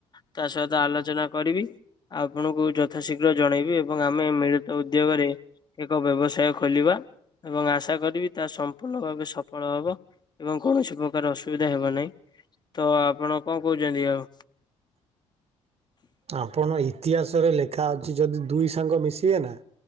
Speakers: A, on the left; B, on the right.
A: ତା ସହିତ ଆଲୋଚନା କରିବି ଆପଣଙ୍କୁ ଯଥାଶୀଘ୍ର ଜଣେଇବି ଏବଂ ଆମେ ମିଳିତ ଉଦ୍ୟୋଗରେ ଏକ ବ୍ୟବସାୟ ଖୋଲିବା। ଏବଂ ଆଶା କରିବି ତାହା ସମ୍ପୂର୍ଣ୍ଣ ଭାବେ ସଫଳ ହବ ଏବଂ କୌଣସି ପ୍ରକାର ଅସୁବିଧା ହେବ ନାହିଁ। ତ ଆପଣ କଣ କହୁଛନ୍ତି ଆଉ?
B: ଆପଣ ଇତିହାସ ଲେଖା ଅଛି ଯଦି ଦୁଇ ସାଙ୍ଗ ମିଶିବେ ନା!